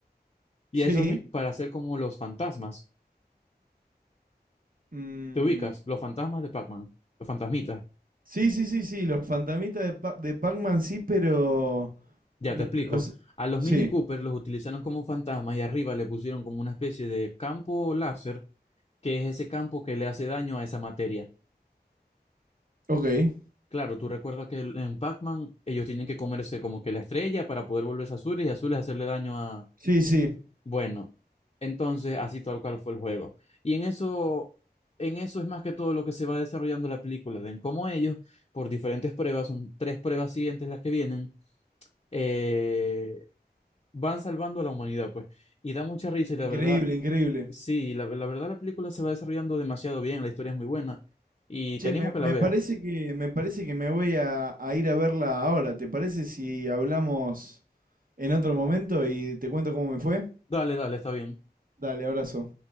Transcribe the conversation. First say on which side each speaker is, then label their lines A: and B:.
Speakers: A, on the left; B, on the right.
A: Y
B: Sí.
A: eso es mi- para hacer como los fantasmas.
B: Mm,
A: ¿Te ubicas? Los fantasmas de Pac-Man. Los fantasmitas.
B: sí, sí, sí, sí, los fantasmitas de, Pa- de Pac-Man sí, pero...
A: Ya
B: no-
A: te explico.
B: o se-
A: A los
B: sí,
A: Mini Cooper los utilizaron como fantasmas y arriba le pusieron como una especie de campo láser, que es ese campo que le hace daño a esa materia.
B: ok.
A: Claro, tú recuerdas que el- en Pac-Man ellos tienen que comerse como que la estrella para poder volverse azules y azules hacerle daño a...
B: Sí, sí,
A: Bueno, entonces así tal cual fue el juego. Y en eso, en eso es más que todo lo que se va desarrollando la película, de en cómo ellos, por diferentes pruebas, son tres pruebas siguientes las que vienen, eh, van salvando a la humanidad, pues. Y da mucha risa y la
B: increíble,
A: verdad,
B: increíble.
A: sí, la, la verdad la película se va desarrollando demasiado bien, la historia es muy buena y
B: Che,
A: te animo
B: me,
A: a que
B: me
A: la veas.
B: parece que, me parece que me voy a, a ir a verla ahora. ¿Te parece si hablamos en otro momento y te cuento cómo me fue?
A: Dale, dale, está bien.
B: Dale, abrazo.